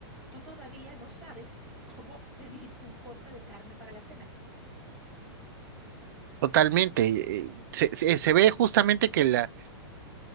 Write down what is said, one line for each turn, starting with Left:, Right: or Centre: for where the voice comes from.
Centre: tú todavía no sabes cómo pedir un corte de carne para la cena?
Right: Totalmente. eh, Se, se- se ve justamente que la,